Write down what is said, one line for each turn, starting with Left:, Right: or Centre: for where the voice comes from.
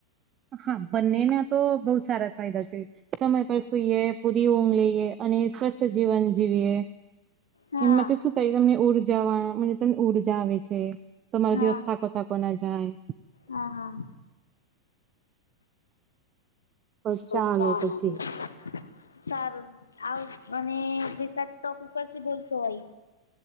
Right: હા બંનેના તો બહુ સારા ફાયદા છે સમય પર સુઈએ પૂરી ઊંઘ લઈએ અને સ્વસ્થ જીવન જીવીએ
Left: હા
Right: એમાંથી શું થાય તમને ઉરજાવા વા મહનજે ઉર્જા આવે છે તમારો
Left: હા
Right: દિવસ થાકો થાકો ના જાય
Left: હા હા
Right: તો
Left: કુશાનો
Right: ચાલો પછી
Left: <unintelligible> સારું આવ અને ટીસટ તો પસી બોલશો ઓય